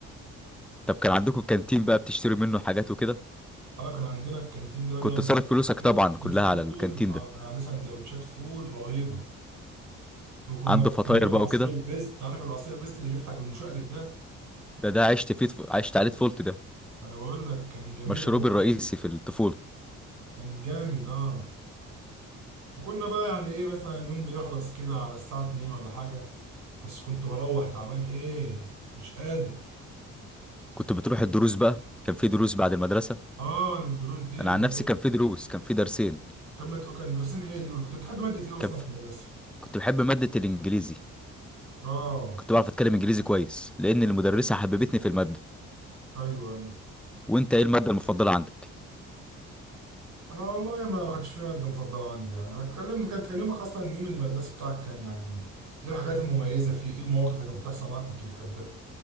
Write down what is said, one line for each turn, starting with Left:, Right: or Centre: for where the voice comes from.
Centre: طب كان عندكم الكانتين بقى بتشتري منه حاجات وكده
Right: اه كان عندنا الكانتين ده بيعمل
Centre: كنت صارف
Right: سندوتشات
Centre: فلوسك طبعا كلها
Right: فول
Centre: على الكانتين
Right: اه
Centre: ده
Right: كان عليه سندوتشات فول رهيبه وكنا
Centre: عنده فطاير
Right: بنجيب
Centre: بقى
Right: عصير
Centre: وكده
Right: البيست انت عارف العصير البيست اللي بيفتح بالمشقلب ده
Centre: ده ده عشت فيه طف- عشت عليه طفولتي ده
Right: انا بقول لك كان جميل
Centre: مشروبي
Right: قوي
Centre: الرئيسي في الطفولة
Right: كان جامد اه وكنا بقى يعني ايه مثلا يوم بيخلص كده على الساعه 2 ولا حاجه بس كنت بروح تعبان ايه مش قادر
Centre: كنت بتروح الدروس بقى كان في دروس بعد المدرسة
Right: اه الدروس دي
Centre: انا
Right: بقى
Centre: عن نفسي كان في دروس كان في درسين
Right: طب ما تقول كان مدرسين ايه دول كنت بتحب مادة ايه اصلا
Centre: كان
Right: في المدرسة
Centre: كنت بحب مادة الإنجليزي
Right: اه
Centre: كنت بعرف أتكلم إنجليزي كويس لأن المدرسة حببتني في المادة
Right: ايوه ايوه
Centre: وأنت إيه المادة المفضلة عندك؟
Right: انا والله ما كانش في مادة مفضلة عندي يعني ما تكلمني كانت كان يومك اصلا يوم المدرسة بتاعك كان يعني ايه الحاجات المميزة فيه ايه المواقف اللي كانت بتحصل معاك كنت بتحبها